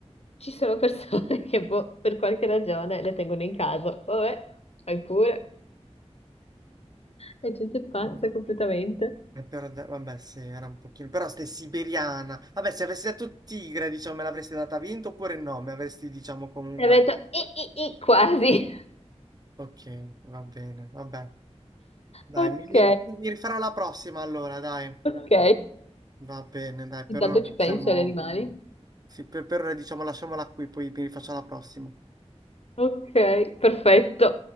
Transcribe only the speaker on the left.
ci sono persone <laughs> che boh, per qualche ragione le tengono in casa. Vabbè, fai pure. La gente è pazza completamente.
E avrei detto i, i, i, quasi. <laughs>
Ok,
ok.
Intanto
ci penso
agli animali.
Ok, perfetto.